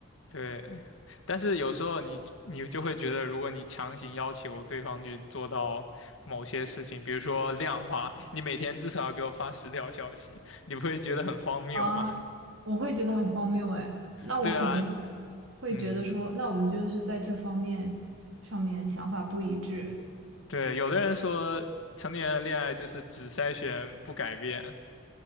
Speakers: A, on the left; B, on the right.
A: 对。但是有时候你你就会觉得，如果你强行要求对方去做到某些事情，比如说量化，你每天至少要给我发十条消息，你不会觉得很荒谬吗？
B: 啊，我会觉得很荒谬哎。
A: <laughs>
B: 那我可能会
A: 对啊，
B: 会觉得说，
A: 嗯，
B: 那我们就是在这方面上面想法不一致，
A: 对。有的人说成年人恋爱就是只筛选不改变，